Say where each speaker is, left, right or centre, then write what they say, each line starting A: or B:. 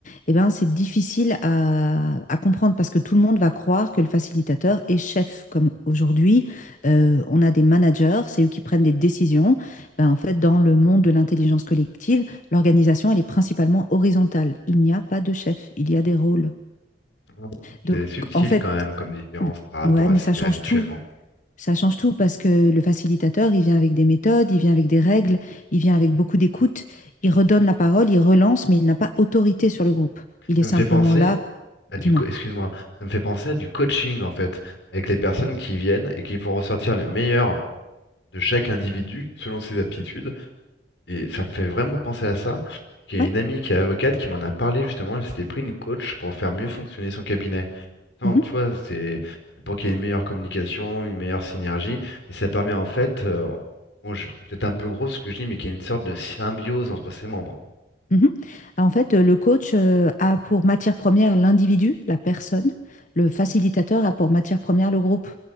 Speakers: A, on the left; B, on the left.
A: eh ben c'est difficile à, à comprendre parce que tout le monde va croire que le facilitateur est chef. Comme aujourd'hui, euh, on a des managers, c'est eux qui prennent des décisions. Ben, en fait, dans le monde de l'intelligence collective, l'organisation, elle est principalement horizontale. Il n'y a pas de chef, il y a des rôles.
B: Mm.
A: Donc
B: C'est subtil
A: en fait,
B: quand même comme différence par rapport
A: Ouais,
B: à
A: mais
B: ce
A: ça
B: qu'il
A: change
B: y a habituellement.
A: tout. Ça change tout parce que le facilitateur, il vient avec des méthodes, il vient avec des règles, il vient avec beaucoup d'écoute, il redonne la parole, il relance, mais il n'a pas autorité sur le groupe. Il
B: Ça
A: est simplement
B: me fait penser
A: là,
B: à du,
A: dis-moi.
B: co- excuse-moi, ça me fait penser à du coaching en fait, avec les personnes qui viennent et qui font ressortir le meilleur de chaque individu selon ses aptitudes. Et ça me fait vraiment penser à ça. Parce qu'il y
A: Ouais.
B: a une amie qui est avocate qui m'en a parlé justement, elle s'était pris une coach pour faire mieux fonctionner son cabinet. Non,
A: mhm,
B: tu vois, c'est c'est pour qu'il y ait une meilleure communication, une meilleure synergie, et ça permet en fait, euh, bon, je- c'est peut-être un peu gros ce que je dis, mais qu'il y ait une sorte de symbiose entre ses membres.
A: mhm. Ah, En fait, euh, le coach euh, a pour matière première l'individu, la personne. Le facilitateur a pour matière première le groupe.